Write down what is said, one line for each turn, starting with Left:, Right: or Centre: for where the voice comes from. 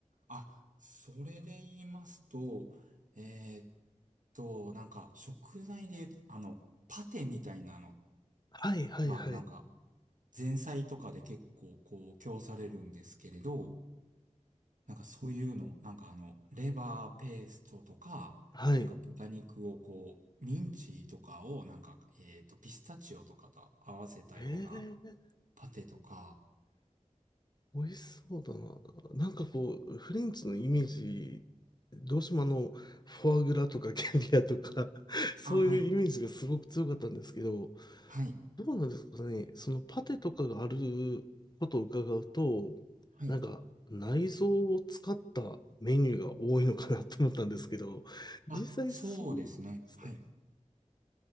Right: あ、それで言いますと、えーっと、なんか、食材で言うと、あの、パテみたいなの
Left: はいはいはい。
Right: が、なんか、前菜とかで結構、こう、供されるんですけれど、なんかそういうの、なんかあの、レバーペーストとか、
Left: はい。
Right: なんか豚肉をこう、ミンチとかを、なんか、えーっと、ピスタチオとかと合わせたような
Left: えー、
Right: パテとか、
Left: 美味しそうだな。なんかこう、フレンチのイメージ、どうしてもあの、フォアグラとかキャビアとか <laughs> そういうイメージがすごく強かったんですけど、
Right: あ、はい、はい、
Left: どうなんですかね、そのパテとかがあることを伺うと、
Right: はい。
Left: なんか内臓を使ったメニューが多いのかなと思ったんですけど、
Right: あ、
Left: 実際そう
Right: そうですね。
Left: ですかね。
Right: はい。